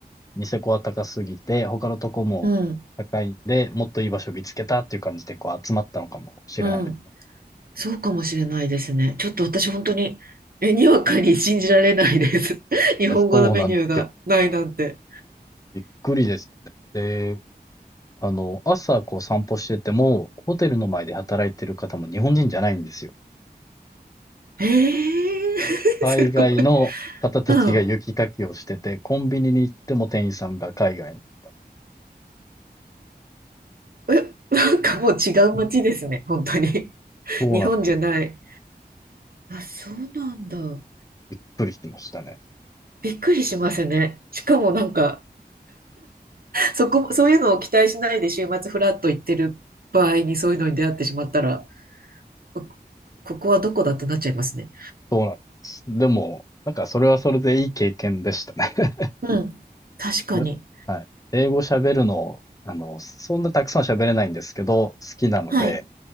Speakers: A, on the left; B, on the right.
A: ニセコは高すぎて、他のとこも高いんで、
B: うん、
A: もっといい場所見つけたっていう感じで、こう、集まったのかもしれないですね。
B: うん。そうかもしれないですね。ちょっと私本当に、え、にわかに信じられないです。<laughs> 日本語のメニューがないなんて。
A: いや、そうなんですよ。びっくりですよね。で、あの、朝、こう、散歩してても、ホテルの前で働いてる方も日本人じゃないんですよ。
B: えー、<laughs>
A: 海外の方たちが雪かきをしてて、
B: すごい。うん。
A: コンビニに行っても店員さんが海外の方。
B: え、なんかもう違う街ですね。本当に。
A: そうなんです。
B: 日本じゃない。あ、そうなんだ。
A: びっくりしましたね。
B: びっくりしますね。しかもなんか、そこ、そういうのを期待しないで週末フラッと行ってる場合にそういうのに出会ってしまったら、こここはどこだってなっちゃいますね。
A: そうなんです。でも、なんかそれはそれでいい経験でしたね。<laughs>
B: うん。確かに。
A: ではい。英語喋るの、あの、そんなたくさん喋れないんですけど、好きなので、
B: はい。